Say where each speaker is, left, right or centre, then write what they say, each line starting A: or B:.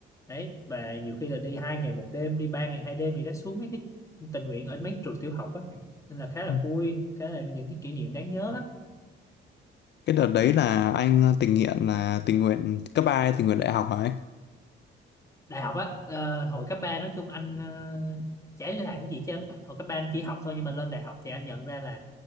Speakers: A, on the left (about 15°); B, on the left (about 60°).
A: đấy và nhiều khi là đi hai ngày một đêm đi ba ngày hai đêm gì đó xuống mấy cái tình nguyện ở mấy trường tiểu học á nên là khá là
B: Ừ.
A: vui khá là những cái kỷ niệm đáng nhớ
B: cái đợt đấy là anh à, tình nguyện là tình nguyện cấp ba hay tình nguyện đại học hả anh
A: đại học á ờ, hồi cấp 3 nói chung anh ờ, chả đi làm cái gì chứ hồi cấp 3 anh chỉ học thôi nhưng mà lên đại học thì anh nhận ra là